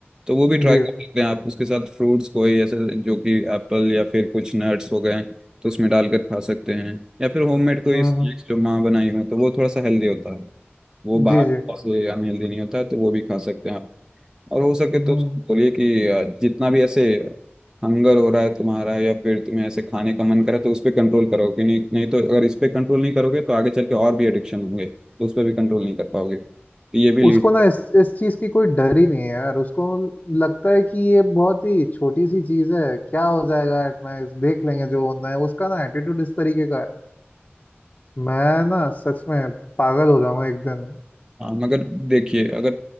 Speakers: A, on the right; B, on the left.
A: तो वो भी ट्राई
B: जी
A: कर सकते हैं आप उसके साथ फ्रूट्स कोई ऐसे जो कि एप्पल या फिर कुछ नट्स हो गए तो उसमें डालकर खा सकते हैं या फिर होममेड कोई
B: हम्म
A: स्नैक्स
B: हम्म,
A: जो माँ बनाई हो तो वो थोड़ा सा हेल्दी होता है वो बाहर
B: जी जी
A: से अनहेल्दी नहीं होता है तो वो भी खा सकते हैं आप और हो सके
B: हम्म।
A: तो उसको बोलिए कि अ, जितना भी ऐसे हंगर हो रहा है तुम्हारा या फिर तुम्हें ऐसे खाने का मन करे तो उस पर कंट्रोल करो कि नहीं नहीं तो अगर इस पे कंट्रोल नहीं करोगे तो आगे चल के और भी एडिक्शन होंगे तो उस पर भी कंट्रोल नहीं कर पाओगे तो ये भी
B: उसको
A: लीड
B: ना इस इस चीज की कोई डर ही नहीं है यार उसको लगता है कि ये बहुत ही छोटी सी चीज है क्या हो जाएगा एट में देख लेंगे जो होना है उसका ना एटीट्यूड इस तरीके का है मैं ना सच में पागल हो जाऊंगा एक दिन
A: हाँ मगर देखिए अगर